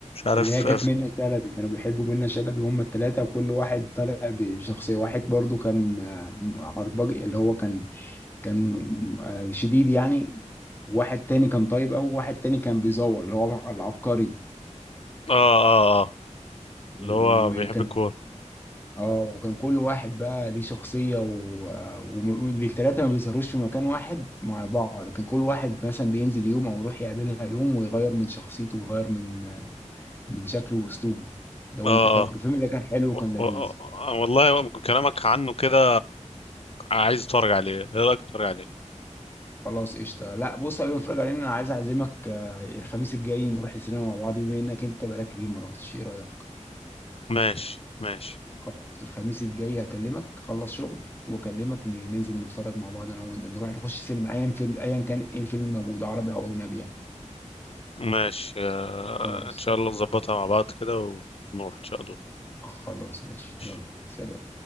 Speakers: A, on the left (about 50°); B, on the left (about 15°).
A: عارف
B: اللي هي كانت
A: اه
B: منة شلبي كانوا بيحبوا منة شلبي هم الثلاثه وكل واحد طالع ب- بشخصيه واحد برضو كان آه، عرباج اللي هو كان كان آه، شديد يعني واحد تاني كان طيب قوي وواحد تاني كان بيزور اللي هو العبقري
A: اه اه آه، اللي
B: وكان
A: هو بيحب الكورة
B: اه وكان كل واحد بقى ليه شخصية و... و- والتلاتة ما بيظهروش في مكان واحد مع بعض كان كل واحد مثلا بينزل يوم او يروح يقابلها يوم ويغير من شخصيته ويغير من من شكله واسلوبه لو
A: اه
B: انت فاكره
A: اه
B: الفيلم ده كان حلو وكان
A: و-
B: لذيذ
A: و- آه، والله كلامك عنه كده عايز اتفرج عليه ايه رأيك اتفرج عليه
B: خلاص قشطة لا بص قبل ما نتفرج عليه انا عايز اعزمك آه، الخميس الجاي نروح السينما مع بعض بما انك انت بقالك كتير ما رحتش ايه رأيك
A: ماشي ماشي
B: خلاص الخميس الجاي هكلمك اخلص شغل واكلمك ن- ننزل نتفرج مع بعض انا وانت نروح نخش سينما ايا فيلم ايا كان ايه الفيلم الموجود عربي او اجنبي يعني
A: ماشي آه،
B: خلاص
A: ان شاء الله نظبطها مع بعض كده ونروح ان شاء الله
B: خلاص ماشي
A: ماشي.
B: يلا سلام